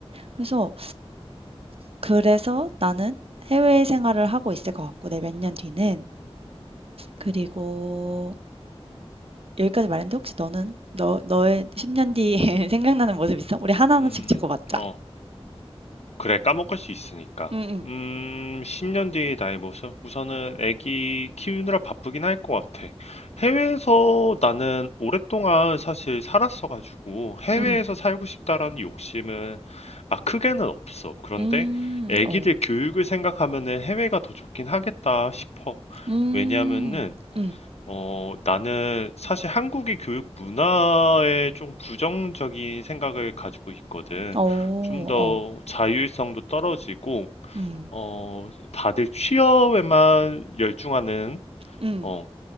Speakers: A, on the right (about 65°); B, on the left (about 85°).
A: 그래서 그래서 나는 해외 생활을 하고 있을 것 같고 내 몇 년 뒤는 그리고 여기까지 말했는데 혹시 너는 너 너의 10년 뒤에 <laughs> 생각나는 모습 있어? 우리 하나하나씩
B: 음,
A: 적어봤자.
B: 어. 그래, 까먹을 수 있으니까.
A: 응, 응,
B: 음, 10년 뒤의 나의 모습? 우선은 애기 키우느라 바쁘긴 할 것 같아. 해외에서 나는 오랫동안 사실 살았어가지고 해외에서
A: 응,
B: 살고 싶다라는 욕심은 막 크게는 없어. 그런데
A: 음,
B: 애기들
A: 어,
B: 교육을 생각하면은 해외가 더 좋긴 하겠다 싶어.
A: 음,
B: 왜냐하면은
A: 응,
B: 어, 나는 사실 한국의 교육 문화에 좀 부정적인 생각을 가지고 있거든.
A: 어, 어,
B: 좀 더 자율성도 떨어지고,
A: 음,
B: 어, 다들 취업에만 열중하는,
A: 음,
B: 어,